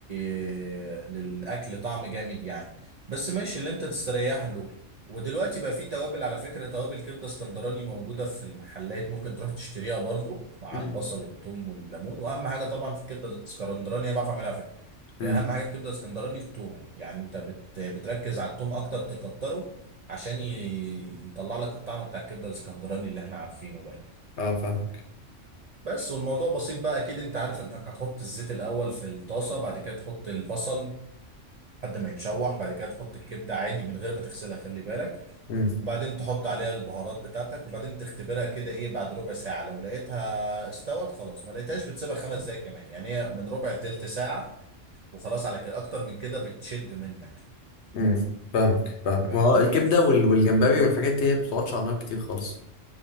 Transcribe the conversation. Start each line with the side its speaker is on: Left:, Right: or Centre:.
Right: آه، للاكل طعم جامد يعني بس ماشي اللي انت تستريح له ودلوقتي بقى في توابل على فكره توابل كبده اسكندراني موجوده في المحلات ممكن تروح تشتريها برضو مع
Left: امم
Right: البصل والثوم والليمون واهم حاجه طبعا في الكبده الاسكندراني انا بعرف اعملها على فكره
Left: امم
Right: اهم حاجه في الكبده الاسكندراني الثوم يعني انت بت... بتركز على الثوم اكتر تكتره عشان ي... يطلع لك الطعم بتاع الكبده الاسكندراني اللي احنا عارفينه ده
Left: اه فاهمك
Right: بس والموضوع بسيط بقى اكيد انت عارف انك هتحط الزيت الاول في الطاسه بعد كده تحط البصل لحد ما يتشوح بعد كده تحط الكبده عادي من غير ما تغسلها خلي بالك
Left: امم
Right: وبعدين تحط عليها البهارات بتاعتك وبعدين تختبرها كده ايه بعد ربع ساعه لو لقيتها استوت خلاص ما لقيتهاش بتسيبها خمس دقايق كمان يعني هي من ربع لتلت ساعه وخلاص على كده اكتر من كده بتشد منك
Left: امم فاهمك فاهمك
Right: فاهمني
Left: ما هو الكبدة وال- والجمبري والحاجات دي هي ما بتقعدش على النار كتير خالص